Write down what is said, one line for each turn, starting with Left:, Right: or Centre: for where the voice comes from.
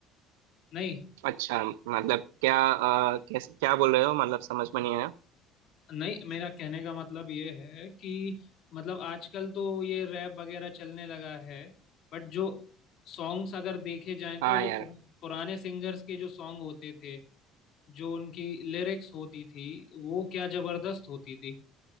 Left: नहीं
Right: अच्छा मतलब क्या आ, कैसे क्या बोल रहे हो मतलब समझ में नहीं आया
Left: नहीं मेरा कहने का मतलब ये है कि मतलब आजकल तो ये रैप वगैरह चलने लगा है बट जो सॉन्ग्स अगर देखे जाएं
Right: हाँ
Left: तो जो
Right: यार
Left: पुरा- पुराने सिंगर्स के जो सॉन्ग होते थे जो उनकी लिरिक्स होती थी वो क्या जबरदस्त होती थी